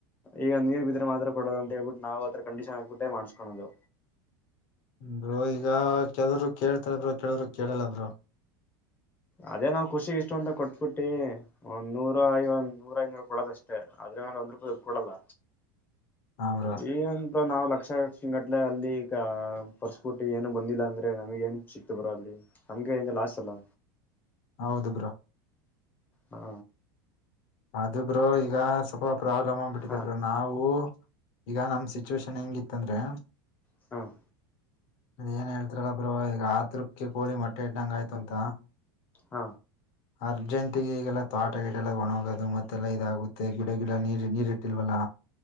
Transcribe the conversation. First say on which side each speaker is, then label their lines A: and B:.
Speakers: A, on the left (about 15°); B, on the left (about 50°).
A: ಈಗ ನೀರ್ ಬಿದ್ರೆ ಮಾತ್ರ ಕೊಡೋದು ಅಂತ ಹೇಳ್ಬಿಟ್ಟು ನಾವು ಹತ್ರ ಕಂಡೀಷನ್ ಆಗ್ಕ್ಬಿಟ್ಟೆ ಮಾಡಸ್ಕೊಳದು
B: ಬ್ರೋ ಈಗ ಕೆಲವರು ಕೇಳ್ತಾರೆ ಬ್ರೋ ಕೇಳವ್ರು ಕೇಳಲ್ಲ ಬ್ರೋ
A: ಅದೇ ನಾವ್ ಖುಷಿ ಇಷ್ಟು ಅಂತ ಕೊಟ್ಬಿಟ್ಟಿ ಒಂದ್ ನೂರ ಐ ಒಂದ್ ನೂರ ಐನೂರ ಕೊಡೋದಷ್ಟೇ ಆದ್ರ ಮೇಲೆ ಒಂದ್ ರೂಪಾಯಿ ಕೊಡಲ್ಲ
B: ಹಾ ಬ್ರೋ
A: ಈ ತೊ ನಾವು ಲಕ್ಷ ಸಿಂಗಟ್ಲೆ ಅಲ್ಲಿ ಪರ್ಸ್ಪುಟ್ಟಿ ಏನು ಬಂದಿಲ್ಲ ಅಂದ್ರೆ ನಮಗೆ ಏನ್ ಸಿಕ್ತು ಬ್ರೋ ಅಲ್ಲಿ ನಮ್ಗೆ ಇಂದು ಲಾಸಲ್ಲ
B: ಹೌದು ಬ್ರೋ
A: ಹ್ಮ
B: ಅದು ಬ್ರೋ ಈಗ ಸ್ವಲ್ಪ ಪ್ರಾಬ್ಲಮ್ ಆಬಿಟ್ಟಿದೆ
A: ಹಾ
B: ಬ್ರೋ ನಾವು ಈಗ ನಮ್ ಸಿಚುವೇಶನ್ ಹೆಂಗಿತ್ತಂದ್ರೆ
A: ಹ್ಮ್
B: ಏನ್ ಹೇಳ್ತಾರಲ್ಲಬ್ರೋ ಈಗ ಆತ್ಕ್ಕೆಿ ಕೋಳಿ ಮಟ್ಟೆ ಇ್ದಂಗ ಆಯ್ತುಂತ
A: ಹ
B: ಅರ್ಜೆಂಟಿಗೆ ಈಗೆಲ್ಲ ತೋಟ ಗಿಟೆಲ್ಲ ಒಣುಗವೆ ಅದು ಮತ್ತೆಲ್ಲ ಇದಾಗುತ್ತೆ ಗಿಡ ಗಿಡ ನೀರ್ ನೀರಿಟ್ಟಿಲ್ವಲ್ಲ